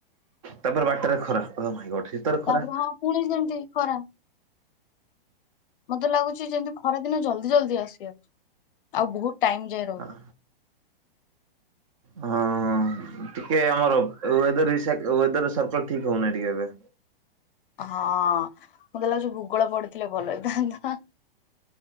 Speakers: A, on the right; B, on the left.
A: ତାପରେ ବାଟରେ ଖରା କ ଭାଇ ଗୋଟେ ଶୀତରେ ଖରା।
B: ତାପରେ ହଁ ପୁଣି ସେମିତି ଖରା। ମତେ ଲାଗୁଛି ଯେମତି ଖରା ଦିନ ଜଲଦି ଜଲଦି ଆସିଯାଉଛି। ଆଉ ବହୁତ ଟାଇମ ଯାଏ ରହୁଛି।
A: ହଁ ହଁ ହ ଟିକେ ଆମର ୱେଦର ରିସାକଲ ୱେଦର୍ ସର୍କଲ ଠିକ ହଉନାହିଁ ଏବେ।
B: ହଁ ମତେ ଲାଗୁଛି ଭୂଗୋଳ ପଡିଥିଲେ ଭଲ ହେଇଥାନ୍ତା।